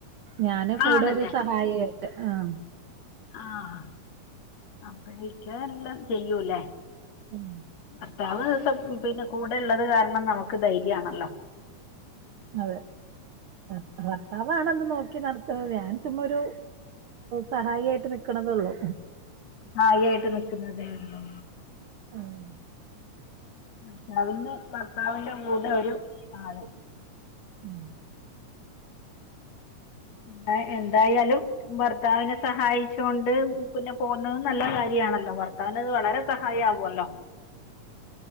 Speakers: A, on the right; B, on the left.
A: ഞാന് കൂടെ
B: ആണല്ലേ
A: ഒരു സഹായേ ആഹ്
B: ആഹ് അപ്പഴേക്ക എല്ലാം ചെയ്യൂല്ലേ
A: ഉം
B: ഭർത്താവ് ദി പിന്നെ കൂടെ ഉള്ളത് കാരണം നമുക്ക് ധൈര്യ ആണല്ലോ
A: അതെ അഹ് ഭർത്താവണന്ന് നോക്കി നടത്തത് ഞാൻ ചുമ്മാ ഒരു സഹായായിട്ട് നിക്കണതേള്ളൂ
B: ഹായി ആയിട്ട് നിക്കുന്നതേ ഉള്ളോ
A: ആഹ്
B: ഭർത്താവിന്ന് ഭർത്താവിന്റെ കൂടെ ഒരു ആള്
A: ഉം
B: എന്ത എന്തായാലും ഭർത്താവിനെ സഹായിച്ചൊണ്ട് പിന്നെ പോന്നത് നല്ല കാര്യമാണല്ലോ ഭർത്ത അന്ത് വളരെ സഹായ ആകുമല്ലോ